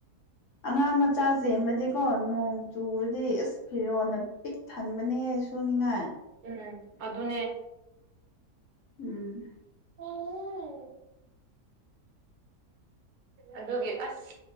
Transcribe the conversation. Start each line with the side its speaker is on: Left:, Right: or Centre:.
Left: ꯑꯉꯥꯡ ꯃꯆꯥ ꯆꯦꯟꯕꯗꯤꯀꯣ ꯅꯣꯡ ꯆꯨꯔꯗꯤ ꯑꯁ ꯐꯤꯔꯣꯟꯅ ꯄꯤꯛ ꯊꯟꯕꯅꯦꯍꯦ ꯁꯨꯅꯤꯡꯉꯥꯏ꯫
Right: ꯎꯝ ꯑꯗꯨꯅꯦ꯫
Left: ꯎꯝ
Right: ꯑꯣ ꯑꯗꯨꯒꯤ ꯑꯁ